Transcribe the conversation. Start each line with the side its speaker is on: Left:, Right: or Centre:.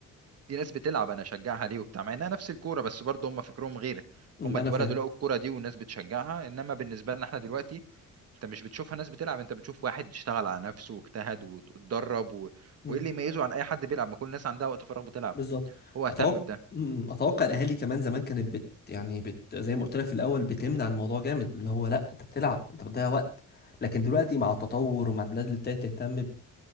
Right: دي ناس بتلعب انا اشجعها ليه وبتاع مع انها نفس الكوره بس برضه هم فكرهم غير
Left: مم،
Right: هم
Left: انا
Right: اتولدوا
Left: فاهم
Right: لقوا الكوره دي والناس بتشجعها انما بالنسبه لنا احنا دلوقتي انت مش بتشوفها ناس بتلعب انت بتشوف واحد اشتغل على نفسه واجتهد وت- واتدرب و...
Left: مم،
Right: وايه اللي يميزه عن اي حد بيلعب ما كل الناس عندها وقت فراغ بتلعب
Left: بالظبط
Right: هو اهتم
Left: اتوقع
Right: بده
Left: مم، اتوقع الاهالي كمان زمان كانت بت يعني بت زي ما قلت لك في الاول بتمنع الموضوع جامد اللي هو لا انت بتلعب انت بتضيع وقت لكن دلوقتي مع التطور ومع البلاد اللي ابتدت تهتم